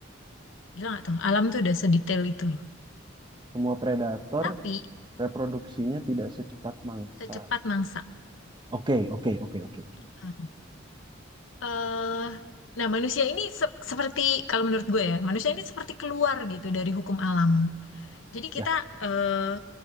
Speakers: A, on the left (about 70°); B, on the right (about 25°).
A: Gila nggak tuh? Alam tuh udah sedetail itu loh.
B: semua predator
A: Tapi
B: reproduksinya tidak secepat mangsa.
A: secepat mangsa.
B: Oke, oke, oke, oke, oke.
A: Nah, eh, nah, manusia ini se- seperti kalau menurut gue ya, manusia ini seperti keluar gitu dari hukum alam. Jadi
B: Ya.
A: kita eh,